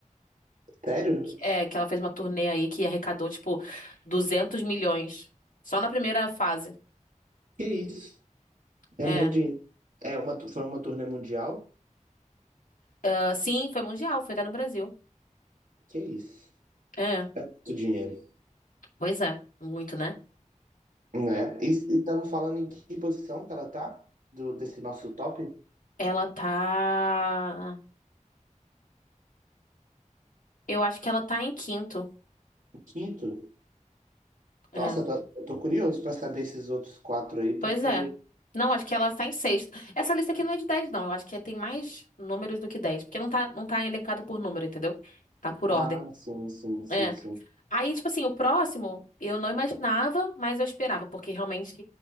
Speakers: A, on the right; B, on the left.
A: Sério?
B: É, que ela fez uma turnê aí que arrecadou, tipo, 200 milhões. Só na primeira fase.
A: Que isso? É
B: É.
A: muito dinheiro. É uma, tu- foi uma turnê mundial?
B: Ah, sim, foi mundial, foi até no Brasil.
A: Que isso?
B: É.
A: É muito dinheiro.
B: Pois é, muito, né?
A: Né? E e estamos falando em que posição que ela tá? Do, desse nosso top?
B: Ela tá. Eu acho que ela tá em quinto.
A: Quinto?
B: é
A: Nossa, eu tô, eu tô curioso para saber esses outros quatro aí, porque.
B: Pois é. Não, acho que ela está em sexto. Essa lista aqui não é de 10 não. Eu acho que é- tem mais números do que dez Porque não tá, não tá elencado por número, entendeu? Tá por
A: Ah,
B: ordem.
A: sim, sim, sim,
B: É.
A: sim.
B: Aí, tipo assim, o próximo eu não imaginava, mas eu esperava, porque realmente